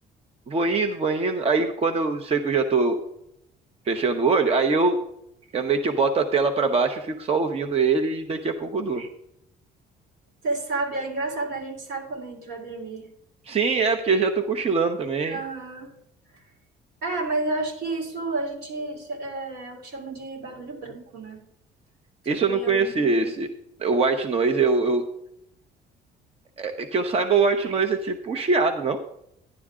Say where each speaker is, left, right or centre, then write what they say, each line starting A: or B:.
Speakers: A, on the right; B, on the right.
A: vou indo, vou indo. Aí quando eu sei que eu já tô fechando o olho, aí eu, eu meio que eu boto a tela pra baixo, e fico só ouvindo ele e daqui a pouco eu durmo.
B: você sabe, é engraçado, né? A gente sabe quando a gente vai dormir.
A: Sim, é porque eu já tô cochilando também.
B: Aham. É, mas eu acho que isso a gente é, é o que chama de barulho branco, né? Você
A: Isso
B: põe
A: eu não conheci,
B: alguma coisa.
A: esse o White Noise. Eu, eu- é- é que eu saiba, o White Noise é tipo um chiado, não?